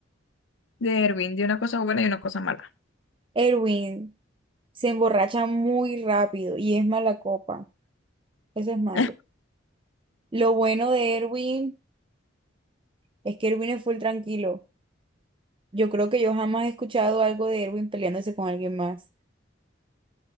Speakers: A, on the left; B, on the right.
A: de Erwin? De una cosa buena y una cosa mala.
B: Erwin se emborracha muy rápido y es mala copa. Eso es malo.
A: <laughs>
B: Lo bueno de Erwin es que Erwin es full tranquilo. Yo creo que yo jamás he escuchado algo de Erwin peleándose con alguien más.